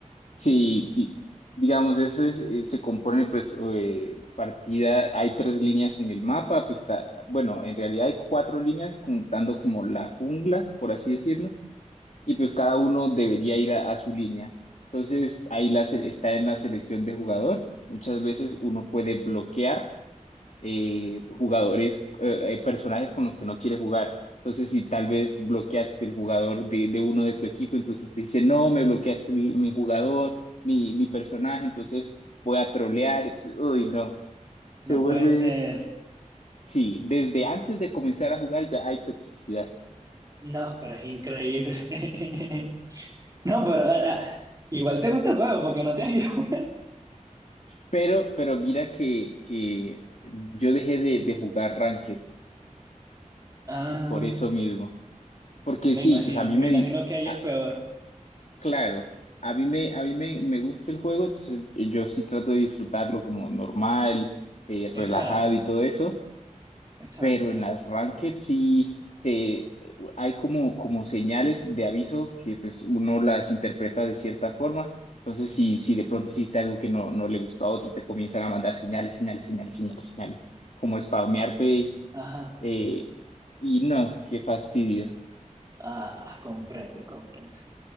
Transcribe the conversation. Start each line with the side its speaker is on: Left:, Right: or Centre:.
Left: Sí, di- digamos, eso es, eh, se compone, pues, eh, partida, hay tres líneas en el mapa, pues, ca- bueno, en realidad hay cuatro líneas, contando como la jungla, por así decirlo, y pues cada
Right: Ajá,
Left: uno debería ir a, a su línea. Entonces, ahí la se- está en la selección de jugador. Muchas veces uno puede bloquear eh, jugadores, eh, eh, personajes con los que no quiere jugar. Entonces, si tal vez bloqueaste el jugador de, de uno de tu equipo, entonces te dice, no, me bloqueaste mi, mi jugador, mi, mi personaje, entonces voy a trolear. Entonces, uy, no. Se
Right: no
Left: vuelve...
Right: puede ser.
Left: Sí, desde antes de comenzar a jugar ya hay toxicidad.
Right: No, pero es increíble. <laughs> No, pero ah, ah, igual te gusta el juego porque no te has ido. <laughs>
Left: Pero, pero mira que, que yo dejé de, de jugar Ranked
Right: Ah,
Left: por eso mismo. Porque
Right: me
Left: sí,
Right: imagino,
Left: pues a mí
Right: me
Left: me,
Right: imagino
Left: di-
Right: que ahí
Left: a,
Right: es peor.
Left: Claro, a mí me, a mí me, me gusta el juego, entonces eh, yo sí trato de disfrutarlo como normal, eh,
Right: Exacto,
Left: relajado y todo eso,
Right: exacto,
Left: pero
Right: exacto.
Left: en las ranked sí te, hay como, como señales de aviso que pues uno las interpreta de cierta forma, entonces si, si de pronto hiciste algo que no, no le gustó a otro, te comienzan a mandar señales, señales, señales, señales, señales, como spamearte
Right: Ajá.
Left: eh, y no, qué fastidio.
Right: Ah, ah, comprendo, comprendo.